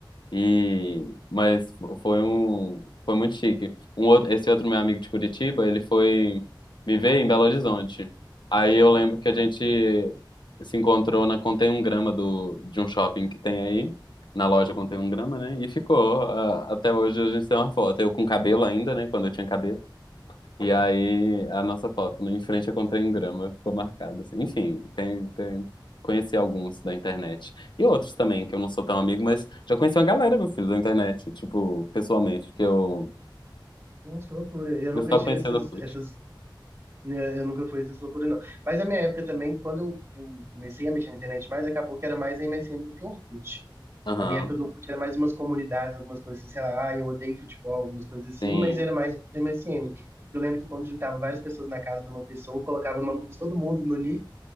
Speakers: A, on the left (about 65°); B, on the right (about 35°).
A: E mas foi um foi muito chique. Um outro, esse outro meu amigo de Curitiba, ele foi me ver em Belo Horizonte. Aí eu lembro que a gente se encontrou na Contém um Grama do de um shopping que tem aí, na loja Contém um Grama, né? E ficou ah, até hoje a gente tem uma foto. Eu com cabelo ainda, né? Quando eu tinha cabelo. E aí, a nossa foto, né, em frente eu comprei um grama, ficou marcado, assim. Enfim, tem, tem... conheci alguns da internet. E outros também, que eu não sou tão amigo, mas já conheci uma galera, meu filho, da internet, tipo, pessoalmente, que eu,
B: Gente, loucura. Eu
A: eu
B: nunca
A: só
B: tive
A: conhecia
B: essas,
A: do Orkut.
B: essas, né, eu nunca fui essas loucuras, não. Mas na minha época também, quando eu, eu comecei a mexer na internet mais, acabou que era mais MSN do que Orkut.
A: Aham,
B: A minha época do Orkut era mais umas comunidades, algumas coisas assim, sei lá, ah, eu odeio futebol, algumas coisas assim,
A: sim.
B: mas era mais MSN. Eu lembro que quando juntava várias pessoas na casa de uma pessoa, colocava o nome de todo mundo no nick